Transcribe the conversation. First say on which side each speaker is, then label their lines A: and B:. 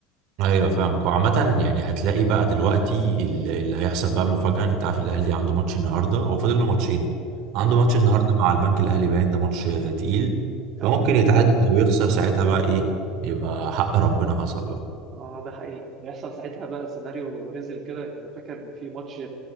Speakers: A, on the right (about 65°); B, on the right (about 40°).
A: ايوه فاهمك وعامة يعني هتلاقي بقى دلوقتي ال- اللي هيحصل بقى مفاجأة انت عارف الاهلي عنده ماتش النهارده هو فاضل له ماتشين عنده
B: امم
A: ماتش النهارده مم. مع البنك الاهلي باين ده ماتش تقيل
B: اه
A: فممكن يتعادل او يخسر ساعتها بقى ايه يبقى حق ربنا حصل بقى
B: اه ده حقيقي ويحصل ساعتها بقى سيناريو ريزل كده انا فاكر في ماتش